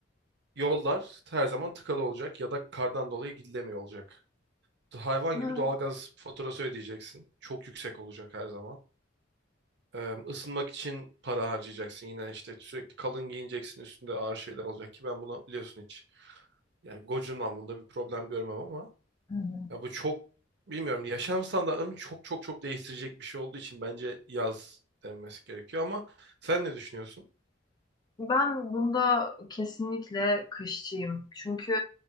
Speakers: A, on the right (about 65°); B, on the left (about 20°).
A: yollar her zaman tıkalı olacak ya da kardan dolayı gidilemiyor olacak. hayvan
B: Ha.
A: gibi doğalgaz faturası ödeyeceksin. Çok yüksek olacak her zaman. Ee, ısınmak için para harcayacaksın. Yine işte sürekli kalın giyineceksin. Üstünde ağır şeyler olacak ki ben bunu biliyorsun hiç. Yani gocunmam bunda bir problem görmem ama
B: Hı hı.
A: ya bu çok bilmiyorum yaşam standartlarını çok çok çok değiştirecek bir şey olduğu için bence yaz denmesi gerekiyor ama sen ne düşünüyorsun?
B: Ben bunda kesinlikle kışçıyım. Çünkü